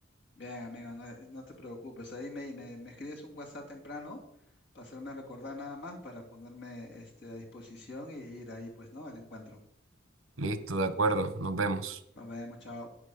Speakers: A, on the left (about 55°); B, on the right (about 85°).
A: Bien, amigo, no, no te preocupes. Ahí me, me, me escribes un WhatsApp temprano para hacerme recordar nada más para ponerme este, a disposición y ir ahí, pues, ¿no? Al encuentro.
B: Listo, de acuerdo, nos vemos.
A: Nos vemos, chao.